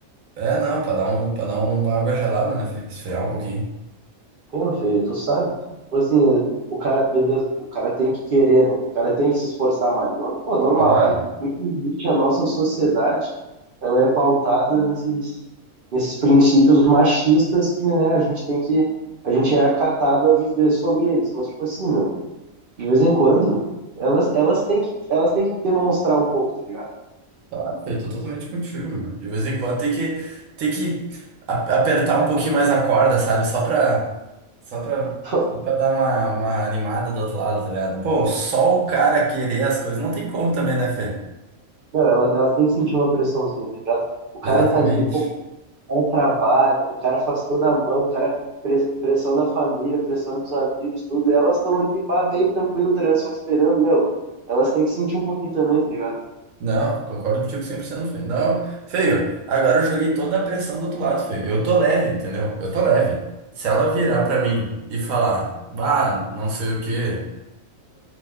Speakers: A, on the right (about 70°); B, on the right (about 55°).
A: é, não, pra dar um, pra dar uma água gelada, né? Fê? Esfriar um pouquinho.
B: Pô, Fê, tu sabe. Tipo assim, o cara, beleza, o cara tem que querer, né? O cara tem que se esforçar mais. Nor- Pô, normal.
A: Claro.
B: A- Infelizmente, a nossa sociedade, ela é pautada nesses, nesses princípios machistas que, né, a gente tem que, a gente é acatado a viver sobre eles. Mas, tipo assim, meu, de vez em quando, elas, elas têm que, elas têm que demonstrar um pouco, tá ligado?
A: Claro, eu tô totalmente contigo, mano. De vez em quando tem que, tem que a- apertar um pouquinho mais a corda, sabe? Só pra, só pra,
B: <laughs>
A: só pra dar uma, uma animada do outro lado, tá ligado? Pô, só o cara querer as coisas não tem como também, né, Fê?
B: Não, elas, elas têm que sentir uma pressãozinha, tá ligado? O cara
A: Exatamente.
B: tá ali, pô, cara trabalha, o cara faz toda a mão, o cara pres- pressão da família, pressão dos amigos, tudo. E elas estão ali, pá, bem tranquilo, tá ligado? Só esperando, meu. Elas têm que sentir um pouquinho também, tá ligado? <laughs>
A: Não, concordo contigo 100%, Fê. Não, feio, agora eu joguei toda a pressão do outro lado, feio. Eu tô leve, entendeu? Eu tô leve. Se ela virar pra mim e falar, bah, não sei o quê.